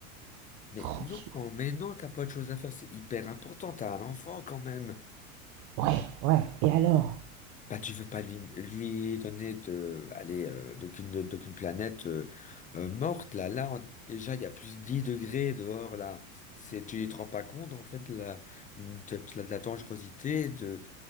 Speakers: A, on the left (about 20°); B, on the right (about 45°).
A: Mais
B: Franchement.
A: non, mais non, t'as pas de choses à faire, c'est hyper important, t'as un enfant quand même.
B: Ouais, ouais, et alors?
A: Bah, tu veux pas lui, lui donner de, allez, euh, d'aucune d'aucune planète euh, euh, morte là. Là, on- déjà, il y a plus 10 degrés dehors là. C'est, tu te rends pas compte en fait de la, de, de la, de la dangerosité de